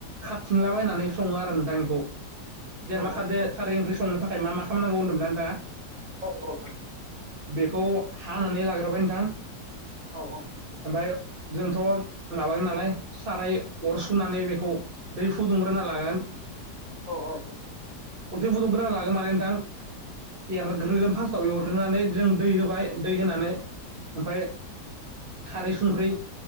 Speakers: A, on the right; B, on the right.
A: सोंलाबायनानै सङो आरो नोंथां इखौ जेनेबा
B: औ
A: खारदै खारै ओंख्रि संनो थाखाय मा माखासे खालामनांगौ होनदोंमोना नोंथाङा
B: औ औ
A: बेखौ हानानै लाग्रोबाय नोंथां
B: औ औ
A: ओमफ्राय जोंथ माबागोन नालाय साराय अरसुनानै बेखौ दै फुदुंग्रोना लागोन
B: औ औ औ
A: उरदै फुदुंग्रोना लागोन माने नोंथां एरग्रोगोन फार्स्टआव एरग्रोनानै जों दै होबाय दै होनानै ओमफ्राय खारै संख्रि